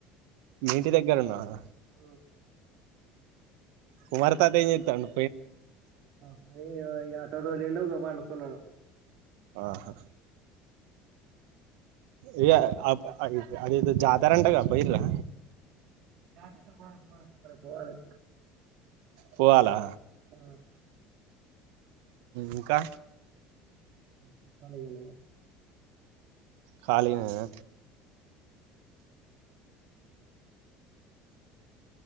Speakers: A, on the right (about 85°); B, on the right (about 45°).
A: మీంటి దగ్గరున్నవా
B: ఆ
A: కుమార్ తాత ఎం జేత్తండు
B: పని ఈ ఆటో తొలిండు ఇగ పండుకున్నడు
A: ఆహా ఇయ అబ్ అది ఇఅదేందో జాతర అంటగా పోయిర్రా
B: జాతర పోలే పోలే పోల పోవాలే
A: పోవాలా
B: ఆ
A: ఇంకా
B: చెప్పాలే ఇగ నువ్వే
A: కాళీగ నేన